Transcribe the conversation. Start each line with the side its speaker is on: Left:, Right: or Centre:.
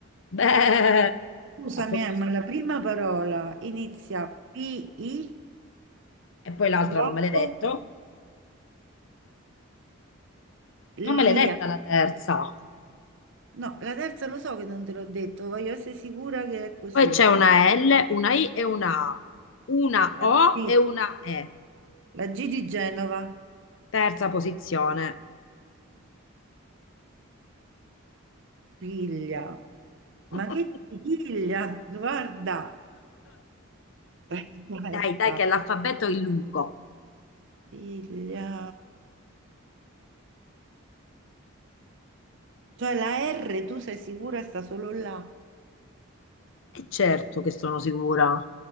Left: Beh,
Right: scusami,
Left: a proposito,
Right: eh, ma la prima parola inizia P-I,
Left: e poi l'altra
Right: vuoto,
Left: non me l'hai detto?
Right: lia.
Left: Non me l'hai detta la terza.
Right: No, la terza lo so che non te l'ho detto, voglio essere sicura che è così.
Left: Poi c'è una L, una I e una A, una
Right: La
Left: O
Right: G,
Left: e una E.
Right: la G di Genova,
Left: Terza posizione.
Right: piglia. Ma
Left: <laughs>
Right: che piglia? Guarda. <laughs> Aspetta,
Left: Dai, dai, che l'alfabeto è lungo.
Right: piglia. Cioè la R, tu sei sicura sta solo là?
Left: E certo che sono sicura,